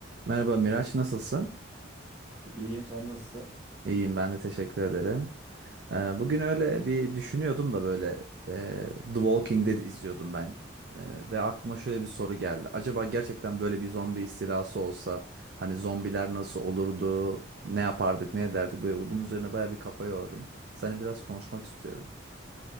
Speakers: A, on the right; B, on the right.
A: Merhaba Miraç, nasılsın?
B: İyiyim, sen nasılsın?
A: İyiyim ben de teşekkür ederim. Ee, bugün öyle bir düşünüyordum da böyle e, The Walking Dead izliyordum ben. Ee, ve aklıma şöyle bir soru geldi. Acaba gerçekten böyle bir zombi istilası olsa hani zombiler nasıl olurdu? Ne yapardık, ne ederdik? Böyle bunun üzerine baya bir kafa yordum. Seninle biraz konuşmak istiyorum.